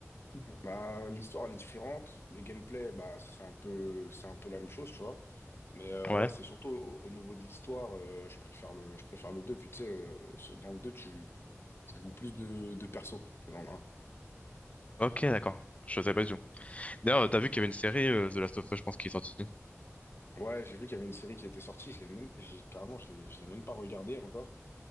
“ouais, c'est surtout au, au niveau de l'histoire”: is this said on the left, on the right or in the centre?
Left